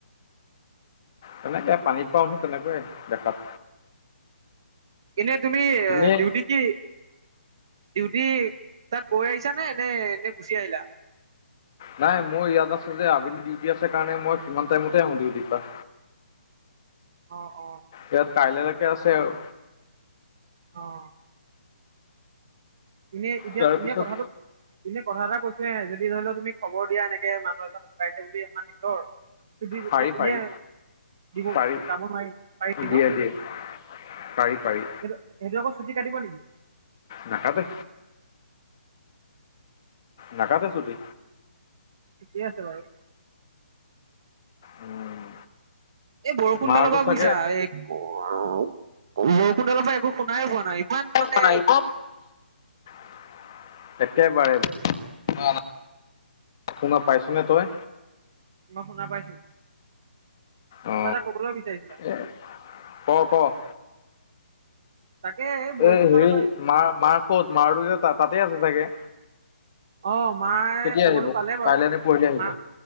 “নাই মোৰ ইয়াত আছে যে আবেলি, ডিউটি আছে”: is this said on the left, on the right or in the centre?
Left